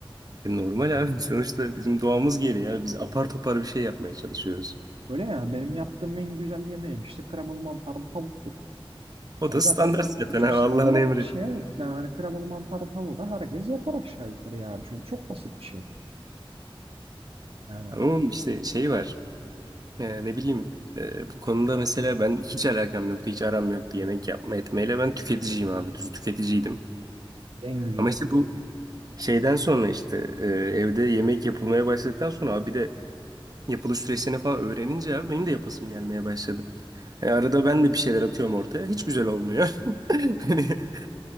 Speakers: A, on the right; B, on the right.
A: E, normal abi <laughs> sonuçta bizim doğamız gereği ya. Biz apar topar bir şey yapmaya çalışıyoruz.
B: Öyle ya benim yaptığım en güzel yemeğim işte kremalı mantarlı tavuktur.
A: O
B: Hani
A: da standart
B: zaten
A: zaten
B: çok
A: abi
B: standart
A: Allah'ın emri.
B: bir şey evet. Yani kremalı mantarlı tavuğu da herkes yapar aşağı yukarı yani. Çünkü çok basit bir şey. Yani
A: Ama işte şey var. Ee, ne bileyim e, bu konuda mesela ben hiç alakam yoktu, hiç aram yoktu yemek yapma etmeyle. Ben tüketiciyim abi, düz tüketiciydim.
B: en güzeli
A: Ama işte
B: en
A: bu
B: güzeli.
A: şeyden sonra işte e, evde yemek yapılmaya başladıktan sonra abi bir de yapılış süreçlerini falan öğrenince abi benim de yapasım gelmeye başladı. Yani arada ben de bir şeyler atıyorum ortaya. Hiç güzel olmuyor. <laughs> Hani <laughs>